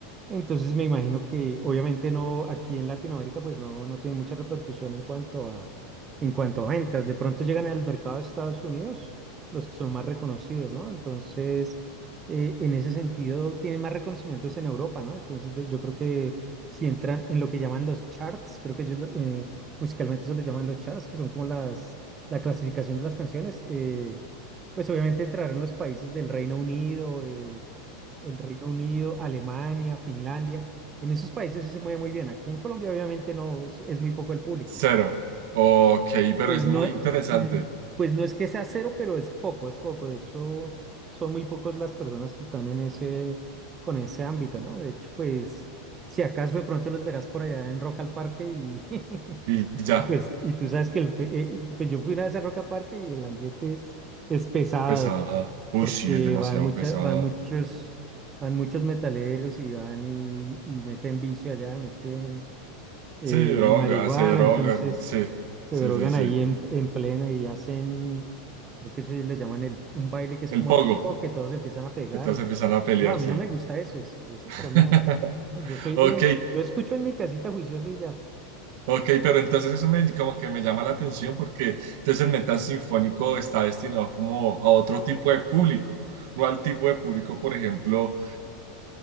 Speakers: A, on the right (about 25°); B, on the right (about 60°).
A: Entonces me imagino que obviamente no, aquí en Latinoamérica pues no, no tiene mucha repercusión en cuanto a, en cuanto a ventas. De pronto llegan al mercado de Estados Unidos los que son más reconocidos, ¿no? Entonces, eh, en ese sentido, tienen más reconocimientos en Europa, ¿no? Entonces de- yo creo que si entran en lo que llaman los charts, creo que ellos lo- eh, musicalmente se los llaman los charts, que son como las, la clasificación de las canciones, eh, pues obviamente entrarán los países del Reino Unido. eh, el Reino Unido, Alemania, Finlandia. En esos países sí se mueve muy bien. Aquí en Colombia obviamente no es es muy poco el público.
B: Cero. Ok, pero
A: Pues
B: es
A: no
B: muy
A: es,
B: interesante.
A: mm, pues no es que sea cero, pero es poco, es poco. De hecho, son muy pocos las personas que están en ese, con ese ámbito, ¿no? De hecho, pues si acaso de pronto los verás por allá en Rock al Parque y, <laughs> y
B: Y
A: tú-
B: ya,
A: y pues y tú sabes que el, pe- eh, pues yo fui una vez a Rock al Parque y el ambiente es, es pesado
B: pesada. Uy,
A: porque
B: sí, es demasiado
A: van muchas,
B: pesada.
A: van muchos, van muchos metaleros y van y, y meten vicio allá, meten eh,
B: Sí, droga,
A: marihuana,
B: se drogan.
A: entonces
B: Sí,
A: se
B: sí,
A: drogan
B: sí, sí.
A: ahí en, en pleno y hacen, creo que eso le llaman el, un baile que es
B: El
A: como
B: pogo.
A: el oh, que todos empiezan a pegar.
B: Entonces
A: en-
B: empiezan a pelear,
A: No, a mí
B: sí.
A: no me gusta eso, eso, eso
B: <laughs>
A: para mí no. No, yo soy
B: Ok,
A: de, yo escucho en mi casita juicioso y ya.
B: ok, pero entonces eso me, como que me llama la atención porque entonces el metal sinfónico está destinado como a otro tipo de público, no al tipo de público, por ejemplo,